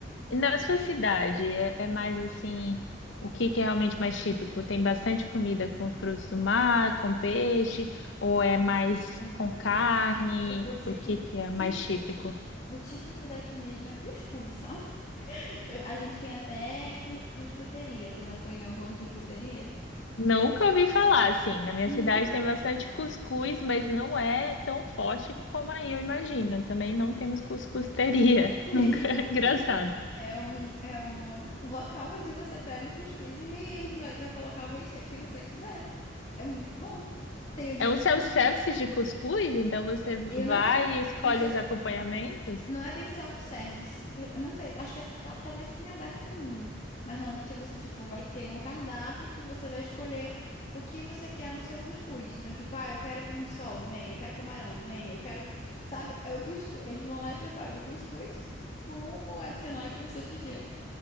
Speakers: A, on the left; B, on the left.
A: E na sua cidade, é, é mais assim, o que que é realmente mais típico? Tem bastante comida com frutos do mar, com peixe, ou é mais
B: Eu,
A: com carne?
B: eu vou dizer
A: O que
B: que o
A: que é mais
B: típico,
A: típico?
B: o típico daqui mesmo é cuscuz, sabe? <laughs> A gente tem até cu- cuscuteria. Você já foi em alguma cuscuteria?
A: Nunca ouvi falar, assim. Na minha
B: Nunca
A: cidade tem
B: <laughs>
A: bastante cuscuz, mas não é tão forte como aí eu imagino. Também não temos cuscusteria.
B: tem.
A: <laughs> Nunca. é Engraçado.
B: É um, é uma- um local onde você pega o cuscuz e eles vai, vai colocar o recheio que você quiser. É muito bom. Tem o de
A: É
B: cuscuz.
A: um self-service de cuscuz, então você vai
B: Eu não sei,
A: e escolhe
B: eu não sei
A: os
B: se
A: acompanhamentos?
B: Não é bem self-service. pe- Eu não sei, acho que é ta- talvez tenha aberto um. Mas normalmente você, tipo, vai ter um cardápio que você vai escolher o que você quer no seu cuscuz. Então, tipo, ah, eu quero carne de sol, vem. Eu quero camarão, vem. Eu quero, sabe? É o cuscuz. Eles vão lá e preparam o cuscuz com o adicional que você pediu.